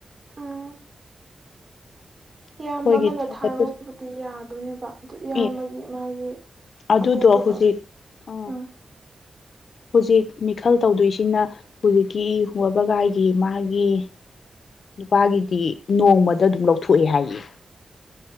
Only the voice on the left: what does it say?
ꯑꯩꯈꯣꯏꯒꯤ
ꯊꯥꯒꯠꯄ
ꯑꯦ
ꯑꯗꯨꯗꯣ
ꯍꯧꯖꯤꯛ ꯑ
ꯍꯧꯖꯤꯛ ꯃꯤꯈꯜ ꯇꯧꯗꯣꯏꯁꯤꯅ ꯍꯧꯖꯤꯛꯀꯤ ꯏ ꯍ ꯋꯥꯕꯒꯥꯏꯒꯤ ꯃꯥꯒꯤ
ꯅꯨꯄꯥꯒꯤꯗꯤ ꯅꯣꯡꯃꯗ ꯑꯗꯨꯝ ꯂꯧꯊꯣꯛꯑꯦ ꯍꯥꯏꯌꯦ